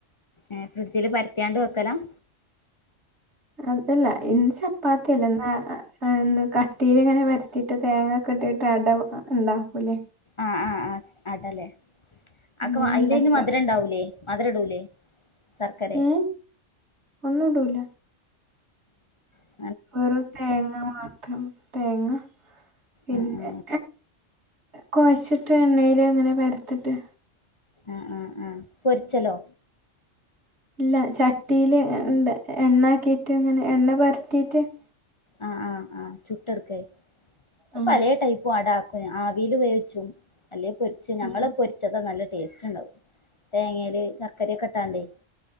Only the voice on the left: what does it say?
ഏഹ് ഫ്രിഡ്ജില് പരത്തിയാണ്ട് വെക്കലാ-
ആഹ് ആഹ ആ അടല്ലേ
അക്കൊ അതിലയ്ന്
മധുരം ഉണ്ടാവൂല്ലേ. മധുരം ഇടൂലെ ശർക്കര-
ഏഹ്
ആ ആ
ആ ആ ആ പൊരിച്ചലോ.
ആഹ് ആഹ് ആഹ് ചുട്ട് എടുക്കേ അപ്പോ
പലേ ടൈപ്പും അട- ആവിൽ വേവിച്ചും അല്ലേ പൊരിച്ച്
ഞങ്ങൾ പൊരിച്ചാ നല്ല ടേസ്റ്റ് ഉണ്ടാവും. തേങ്ങയിൽ ശർക്കരയ ഒക്കെ ഇട്ടാണ്ടേ.